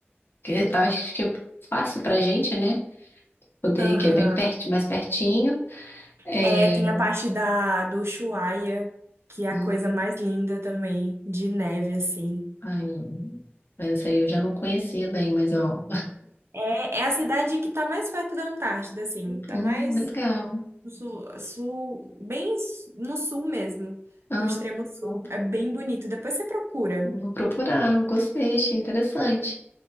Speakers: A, on the left; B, on the right.
A: que eu acho que é fácil pra gente, né? Poder,
B: Aham.
A: que é bem perto, mais pertinho. É,
B: É, tem a parte da do Ushuaia, que é
A: hum,
B: a coisa mais linda também, de neve assim.
A: Ai, mas essa aí eu já não conhecia bem, mas ó.
B: É, é a cidade que tá mais perto da Antártida, assim, tá
A: Hum,
B: mais
A: legal.
B: no sul, sul- bem s- no sul mesmo,
A: Ah,
B: no extremo sul.
A: legal.
B: É bem bonito. Depois você procura.
A: Vou procurar, gostei, achei interessante.